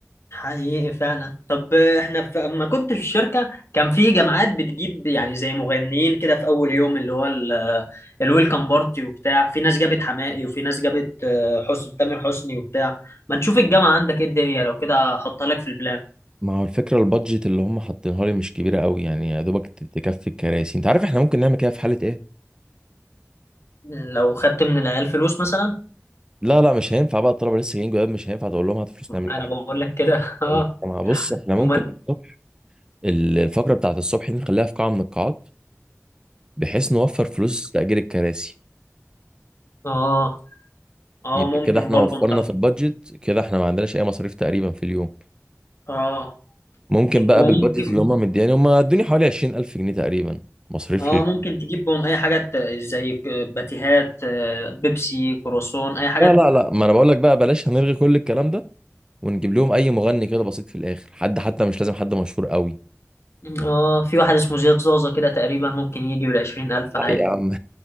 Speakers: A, on the left; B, on the right.
A: حقيقي فعلا طب احنا في... اما كنت في الشركه كان في جامعات بتجيب يعني زي مغنيين كده في اول يوم اللي هو ال- الويلكم بارتي وبتاع في ناس جابت حماقي وفي ناس جابت آه، حسن تامر حسني وبتاع ما تشوف الجامعه عندك ايه الدنيا لو كده احطها لك في البلان
B: ما هو الفكرة البادجت اللي هم حاطينها لي مش كبيرة قوي يعني يا دوبك ت- تكفي الكراسي انت عارف احنا ممكن نعمل كده في حالة ايه؟
A: لو خدت من العيال فلوس مثلا
B: لا لا مش هينفع بقى الطلبة لسه جايين جواب مش هينفع تقول لهم هات فلوس نعمل لكم
A: انا بقول لك كده
B: حاجة
A: <laughs> اه
B: بص احنا ممكن
A: امال
B: الصبح ال- الفقرة بتاعت الصبح دي نخليها في قاعة من القاعات بحيث نوفر فلوس تأجير الكراسي
A: اه اه
B: يبقى
A: ممكن
B: كده احنا
A: برضه
B: وفرنا
A: انت
B: في البادجت كده احنا ما عندناش اي مصاريف تقريبا في اليوم
A: اه
B: ممكن بقى
A: وممكن
B: بالبادجت اللي هم مدياني هم ادوني حوالي 20000 جنيه تقريبا مصاريف
A: اه
B: لي
A: ممكن تجيبهم اي حاجه ت- زي ك- باتيهات آه، بيبسي كروسون اي حاجه
B: لا لا لا ما انا بقول لك بقى بلاش هنلغي كل الكلام ده ونجيب لهم اي مغني كده بسيط في الاخر حد حتى مش لازم حد مشهور قوي
A: اه في واحد اسمه زياد زوزة كده تقريبا ممكن يجي بالعشرين ألف
B: لا
A: عادي
B: يا عم